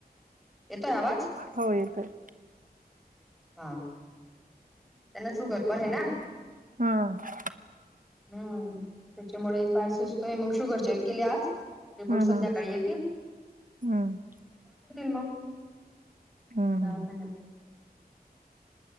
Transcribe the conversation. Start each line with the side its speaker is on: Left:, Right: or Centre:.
Centre: येतोय आवाज-
Right: हो येतोय.
Centre: हां <unintelligible>
Right: हां
Centre: हम्म त्याच्यामुळे एक पाय सुजतोय मग शुगर चेक- केले आज रिपोर्ट
Right: हा
Centre: संध्याकाळी
Right: हा.
Centre: येते.
Right: हम्म
Centre: मग
Right: हम्म
Centre: दवाखान्यात
Right: हम्म